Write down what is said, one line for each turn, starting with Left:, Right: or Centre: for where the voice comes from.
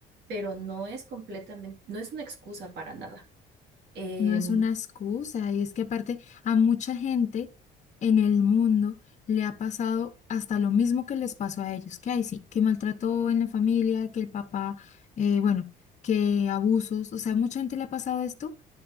Right: pero no es completamente, no es una excusa para nada. Em,
Left: No es una excusa, y es que aparte a mucha gente en el mundo le ha pasado hasta lo mismo que les pasó a ellos, que hay sí, que maltrató en la familia, que el papá, eh, bueno, que abusos, o sea, mucha gente le ha pasado esto